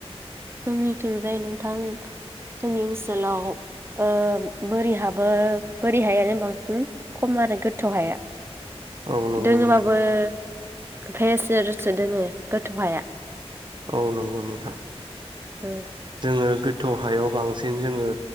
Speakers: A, on the right; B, on the right.
A: जोंनिथिंजाय नोंथां जोंनि ओनसोलाव ओ बोरि हाबो बोरि हायानो बांसिन खम आरो गोथौ हाया
B: औ नंगौ
A: दोङोबाबो
B: नोंथां
A: <unintelligible> दोङो गोथौहाया
B: औ नंगौ नोंथां
A: ओम
B: जोङो गोथौ हायाव बांसिन जोङो